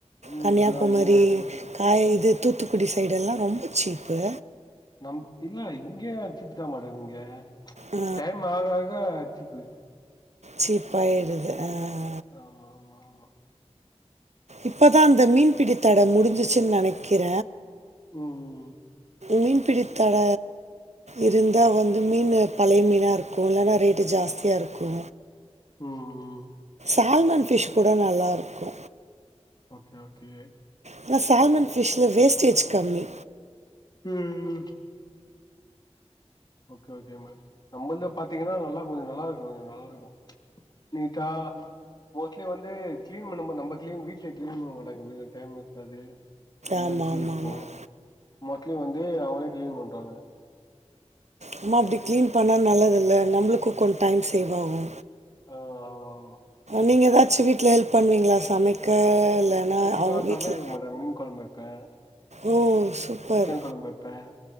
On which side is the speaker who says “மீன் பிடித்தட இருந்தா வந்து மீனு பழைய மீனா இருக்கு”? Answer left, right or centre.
Right